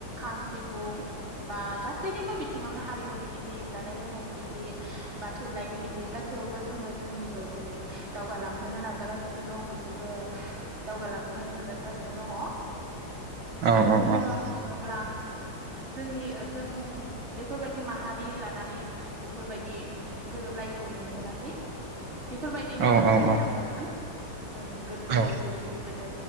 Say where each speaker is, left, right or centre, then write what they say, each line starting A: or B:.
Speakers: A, on the right; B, on the right.
A: खाम सिफुं बा गासैनिबो बिथिङावनो हारिमुनि बिथिं जानाय लोंनायनि बिथिं बा थुनलाइनि बिथिं गासैयावबो जोङो जोंनिखौ जेरै दावगालांहोनो नाजागासिनो दं बिसोरबो दावगालांहोनो नाजागासिनो दङ
B: औ
A: आरो बुंनो
B: औ
A: थाङोब जोंनि जों बेफोरबायदि माहारि लानानै बेफोरबायदि गोरोबलायैखौ नुनो मोनाखै बेफोरबायदिनो
B: औ औ
A: सोलिलांनांगोन जों गोदोनिफ्राय
B: औ
A: जेरै सोलिबोदों